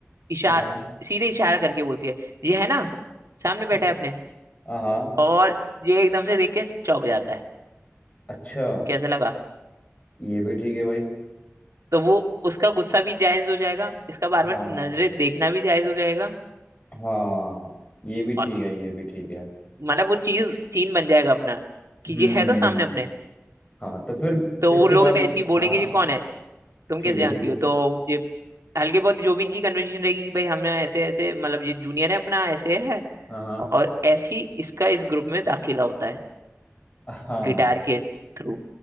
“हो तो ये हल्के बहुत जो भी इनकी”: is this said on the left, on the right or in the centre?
Right